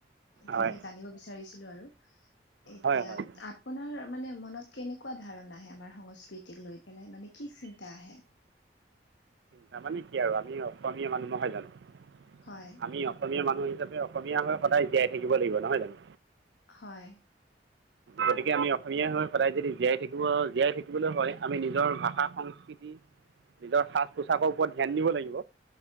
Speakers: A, on the left (about 80°); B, on the right (about 70°).
A: তেনেকে
B: হয়
A: জানিব বিচাৰিছিলোঁ আৰু এতিয়া
B: হয় হয়
A: আপোনাৰ মানে মনত কেনেকুৱা ধাৰণা আহে আমাৰ সংস্কৃতিক লৈ পেলাই মানে কি চিন্তা আহে?
B: তাৰ মানে কি আৰু আমি অসমীয়া মানুহ নহয় জনো?
A: হয়
B: আমি অসমীয়া মানুহ হিচাপে অসমীয়া হৈ সদায় জীয়াই থাকিব লাগিব নহয় জানো?
A: হয়।
B: গতিকে আমি অসমীয়াই হৈ সদায় যদি জীয়াই থাকিব জীয়াই থাকিবলৈ হয় আমি নিজৰ ভাষা সং কি-কি নিজৰ সাজ -পোছাকৰ ওপৰত ধ্যান দিব লাগিব।